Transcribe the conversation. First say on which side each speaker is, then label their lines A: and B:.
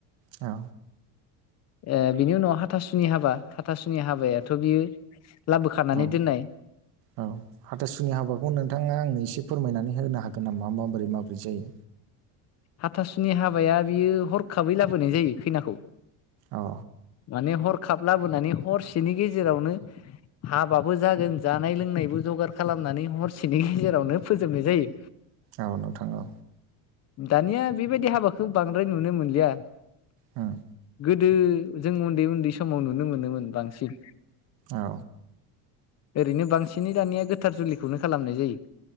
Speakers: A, on the right (about 60°); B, on the left (about 40°).
A: औ
B: ओ बिनि उनाव हाथासुनि हाबा हाथासुनि हाबायाथ' बियो लाबोखानानै
A: औ
B: दोननाय
A: औ हाथसुनि हाबा खौ नोंथाङा आंनो एसे फोरमायनानै होनो हागोन नामा माबोरै माबोरै जायो?
B: हाथासुनि हाबाया बियो हरखाबै लाबोनाय जायो खैनाखौ
A: औ
B: माने हरखाब लाबोनानै हरसेनि गेजेरावनो हाबाबो जागोन जानाय लोंनायबो जगार खालामनानै हरसेनि गेजेरावनो फोजोबनाय जायो।
A: औ नोंथां औ
B: दानिया बेबायदि हाबाखौ बांद्राय नुनो मोनलिया
A: ओम
B: गोदो जों उन्दै-उन्दै समाव नुनो मोनोमोन बांसिन
A: औ
B: ओरैनो बांसिनै दानिया गोथार जुलिखौनो खालामनाय जायो